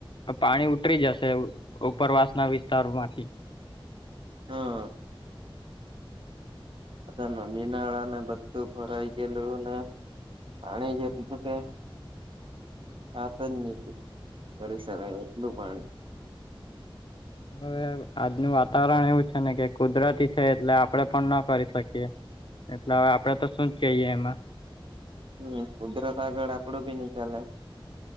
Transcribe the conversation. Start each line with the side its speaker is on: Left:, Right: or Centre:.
Left: પાણી ઉતરી જશે ઉપરવાસ ના વિસ્તારોમાંથી
Right: હા અત્યારે નદીનાળા ને બધું ભરાઈ ગયેલું ને અણે જે કીધું કે વાત જ ની કરીશ એટલું પાણી
Left: હા હવે આજનું વાતાવરણ એવું છે ને કે કુદરતી છે એટલે આપડે પણ ના કરી શકીએ એટલે હવે આપડે તો શું જ કહીયે એમાં
Right: હમ કુદરત આગળ આપડું બી ની ચાલે